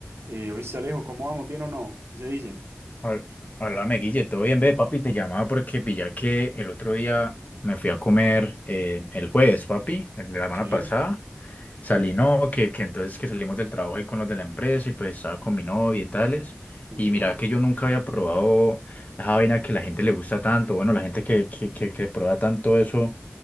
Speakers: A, on the right (about 80°); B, on the left (about 40°).
A: Eh, oíste, Alejo, ¿cómo vamos? ¿Bien o no? ¿Qué se dice?
B: Hab- Háblame, Guille, todo bien, ve, papi, te llamaba porque pillé que el otro día me fui a comer eh, el jueves, papi, el de la semana
A: Sí.
B: pasada. Salí, no, que, que entonces que salimos del trabajo ahí con los de la empresa y pues estaba con mi novia y tales.
A: ujú.
B: Y mira que yo nunca había probado esa vaina que la gente le gusta tanto, bueno, la gente que, que, que, que prueba tanto eso